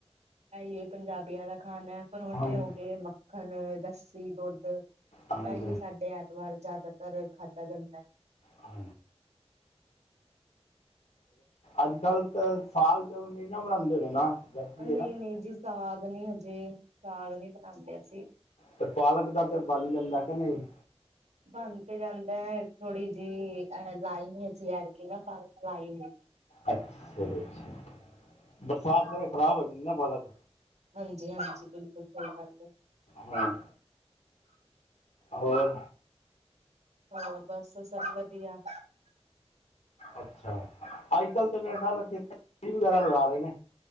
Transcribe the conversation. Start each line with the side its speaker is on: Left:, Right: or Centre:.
Right: ਇਹੀ ਐ ਪੰਜਾਬੀਆਂ ਦਾ ਖਾਣਾ ਹੈ ਪਰ ਉੱਠੇ
Left: ਹਾਂਜੀ
Right: ਹੋ ਗਏ ਮੱਖਣ, ਲੱਸੀ, ਦੁੱਧ। ਇਹੀ
Left: ਹਾਂਜੀ
Right: ਸਾਡੇ ਐਤਵਾਰ ਜ਼ਿਆਦਾਤਰ ਖਾਧਾ ਜਾਂਦਾ।
Left: ਆ ਅੱਜ ਕੱਲ੍ਹ ਤਾਂ ਸਾਗ ਸੂਗ ਨੀ ਨਾ ਬਣਾਉਂਦੇ ਹੈਗੇ ਨਾ। ਗਰਮੀ ਹੈ
Right: ਨਹੀਂ-ਨਹੀਂ
Left: ਨਾ
Right: ਜੀ ਸਾਗ ਨਹੀਂ ਹਜੇ ਸਾਗ ਨਹੀਂ ਬਣਾਉਂਦੇ ਅਸੀਂ।
Left: ਤੇ ਪਾਲਕ ਦਾ ਤੇ ਬਣ ਜਾਂਦਾ ਕਿ ਨਹੀਂ?
Right: ਬਣ ਤੇ ਜਾਂਦਾ ਥੋੜ੍ਹੀ ਜਿਹੀ ਅ ਲਾਈ ਨਹੀਂ ਅਸੀਂ ਐਤਕੀ ਨਾ ਪਾਲਕ ਲਾਈ ਨੀ।
Left: ਅੱਛਾ, ਚਲੋ ਜੀ ਬਰਸਾਤ ਵੇਲੇ ਖ਼ਰਾਬ ਹੋ ਜਾਂਦੀ ਨਾ ਪਾਲਕ।
Right: ਹਾਂਜੀ-ਹਾਂਜੀ ਬਿਲਕੁਲ ਸਹੀ ਗੱਲ ਹੈ।
Left: ਹਾਂ ਹੋਰ
Right: ਹੋਰ ਬਸ ਸਭ ਵਧੀਆ।
Left: ਅੱਛਾ। ਅੱਜ ਕੱਲ ਤਾਂ ਮੇਰਾ ਖਿਆਲ, ਖੇਤ ਵਗੈਰਾ ਲਗਾ ਰਹੇ ਨੇ।